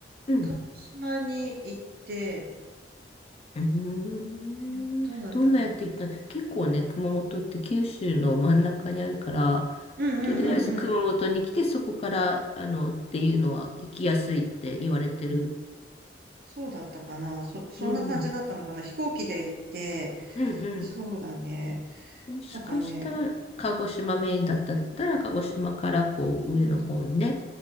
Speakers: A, on the left; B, on the right.
A: うん。
B: 鹿児島に行って、
A: うーん。
B: いや、どうだったかな
A: どんなやっていったの結構ね、熊本って九州の真ん中にあるから、
B: うんうんうんうん。
A: とりあえず熊本に来て、そこから、あの、っていうのは行きやすいって言われてる。
B: そうだったかなそ、そんな感じだったのかな飛行機で行って、
A: うん。うんうん。
B: そうだね。
A: もしかしたら、
B: なんかね、
A: 鹿児島メインだったら、鹿児島からこう上の方にね、
B: そうだ